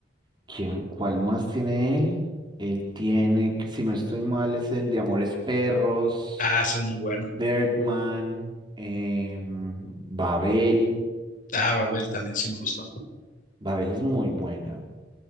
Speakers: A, on the right (about 25°); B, on the left (about 50°).
A: ¿Quién, cuál más tiene él? Él tiene, que- si no estoy mal, es el de Amores Perros,
B: Ah, esa es muy buena.
A: Birdman, em, Babel.
B: Ah, Babel también sí me gustó.
A: Babel es muy buena.